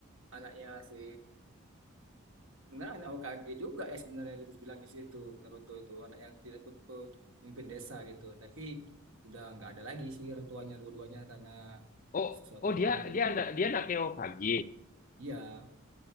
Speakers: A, on the right; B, on the left.
A: anaknya si Nah, anak O K G juga ya sebenarnya dibilang di situ Naruto itu anak yang tidak tuh pemimpin desa gitu. Tapi udah nggak ada lagi sih orang tuanya dua-duanya karena
B: oh
A: sesuatu
B: oh dia
A: hal gitu.
B: dia anak dia anaknya OKG
A: Iya,